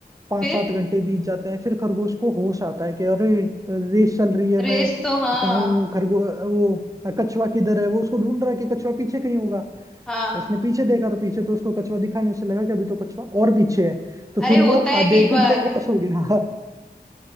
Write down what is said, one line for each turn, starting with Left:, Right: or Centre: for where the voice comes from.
Right: पांच
Centre: फिर
Right: सात घंटे बीत जाते हैं फिर खरगोश को होश आता है कि अरे रेस चल रही है
Centre: रेस
Right: मैं
Centre: तो हाँ
Right: कहाँ हूँ खरगो वो कछुआ किधर है वो उसको ढूंढ रहा है कि कछुआ पीछे कहीं होगा
Centre: हाँ
Right: उसने पीछे देखा तो पीछे तो उसको कछुआ दिखा नहीं उसे लगा कि अभी तो कछुआ और पीछे है तो फिर
Centre: अरे होता
Right: वो आधे
Centre: है कई
Right: एक घंटे
Centre: बार
Right: और सो गया